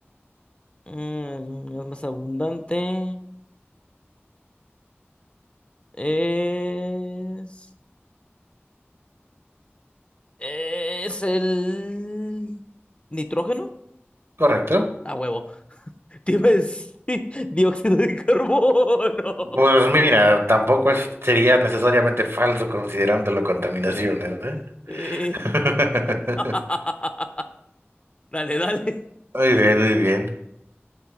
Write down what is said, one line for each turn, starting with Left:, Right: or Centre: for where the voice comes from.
Left: Mm, es más abundante. Es. Es el. ¿Nitrógeno?
Right: Correcto.
Left: A huevo. Te iba a decir <laughs> dióxido de carbono.
Right: Pues mira, tampoco es- sería necesariamente falso considerando la contaminación, ¿eh?
Left: Eh.
Right: <laughs>
Left: <laughs> Dale, dale.
Right: Muy bien, muy bien.